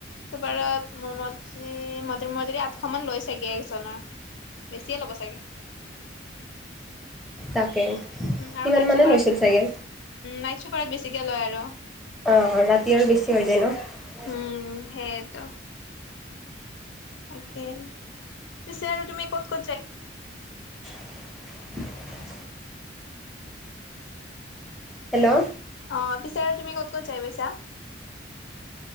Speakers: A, on the left; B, in the centre.
A: চুপাৰত মোৰ মঠলি মই যদি আঠশ মান লৈছেগে একজনৰ। বেছিয়ে ল'ব চাগে?
B: তাকে।
A: আৰু নাইট
B: সিমান মানে
A: চপাৰ
B: লৈছিল চাগে
A: নাইট চুপাৰত বেছিকে লয় আৰু,
B: অ ৰাতি আৰু বেছি হৈ যায় ন।
A: উম সেইটো। তাকে পিছে আৰু তুমি ক'ত ক'ত যায়।
B: <unintelligible> হেল্ল'
A: অ পিছে আৰু তুমি ক'ত ক'ত যাই পাইছা?